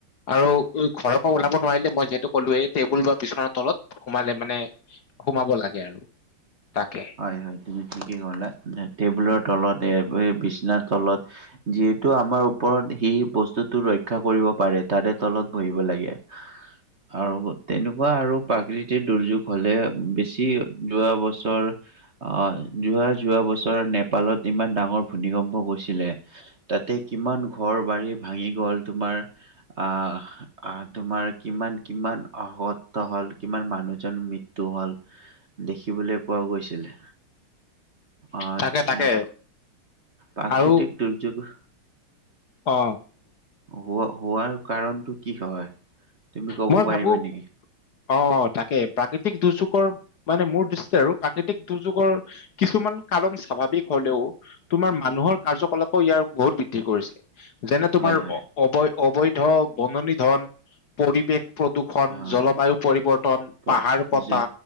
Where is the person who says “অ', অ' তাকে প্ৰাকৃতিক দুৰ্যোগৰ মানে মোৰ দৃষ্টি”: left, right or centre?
Left